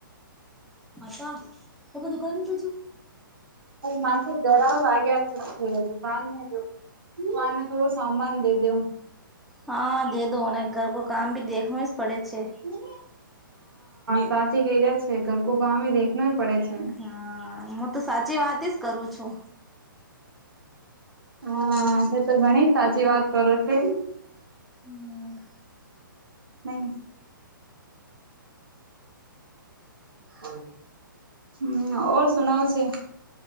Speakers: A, in the centre; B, on the right.
A: પાપા તમે દુકાને તો જુઓ.
B: માથે જરાવ વાગ્યા છે, દુકાન મે જો. આને થોડો સામાન દે દેઉ.
A: હ, દે દો ને ઘરકો કામ ભી દેખનો જ પડે છે.
B: હ, સાચી કૈરિયા છે, ઘરકો કામહી દેખ. નોય પડે છે.
A: હા, મું તો સાચી વાતી જ કરું છું.
B: હા, છે તો ઘણી સાચી વાત કરો છે.
A: હ,
B: નઇ. હ, હમ, ઓર સુનાવો છે.